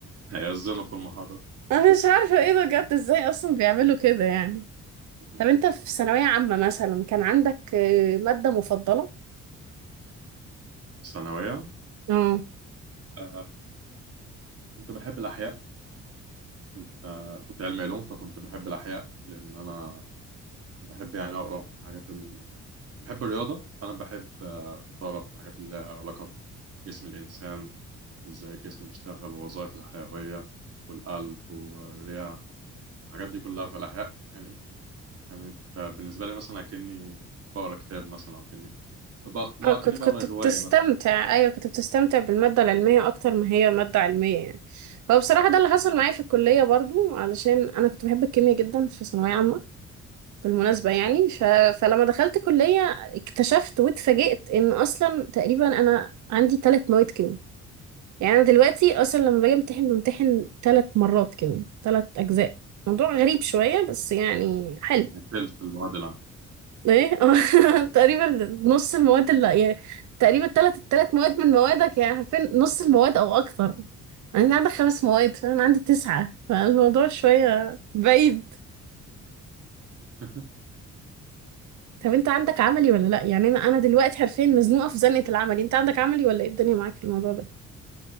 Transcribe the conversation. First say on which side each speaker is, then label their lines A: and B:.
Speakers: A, on the right; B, on the right.
A: هيأذنوا في المحاضرة
B: انا مش عارفة ايه ده بجد ازاي اصلا بيعملوا كده يعني
A: <laughs>
B: طب انت في ثانوية عامة مثلا كان عندك آه، مادة مفضلة؟
A: ثانوية
B: اه
A: آه، كنت بحب الأحياء كنت آه، كنت علمي علوم فكنت بحب الأحياء لأن أنا بحب يعني أقرأ في الحاجات ال... بحب الرياضة فأنا بحب آه، أقرأ في الحاجات اللي لها علاقة بجسم الإنسان وإزاي الجسم بيشتغل ووظائف الحيوية والقلب والرئة الحاجات دي كلها في الأحياء يعني كانت آه، بالنسبة لي مثلا أكني بقرأ كتاب مثلا أو أكني بق- لو
B: اه كنت
A: اكني بقرا
B: كنت
A: روايه
B: بتستمتع
A: مثلا
B: ايوه كنت بتستمتع بالماده العلميه اكتر ما هي ماده علميه يعني هو بصراحه ده اللي حصل معايا في الكليه برضو علشان انا كنت بحب الكيمياء جدا في ثانويه عامه بالمناسبه يعني ف... فلما دخلت كليه اكتشفت واتفاجئت ان اصلا تقريبا انا عندي ثلاث مواد كيمياء يعني انا دلوقتي اصلا لما باجي امتحن بمتحن ثلاث مرات كيمياء ثلاث اجزاء موضوع
A: <laughs>
B: غريب شويه بس يعني حلو
A: نتلت المواد العام
B: ايه <laughs> تقريبا نص المواد اللي يعني تقريبا تلات التلات مواد من موادك يعني عارفين نص المواد او اكتر يعني انا عندك خمس مواد فانا عندي تسعة فالموضوع شوية بعيد
A: <laughs>
B: طب انت عندك عملي ولا لا يعني انا انا دلوقتي حرفيا مزنوقة في زنقة العملي انت عندك عملي ولا ايه الدنيا معاك في الموضوع ده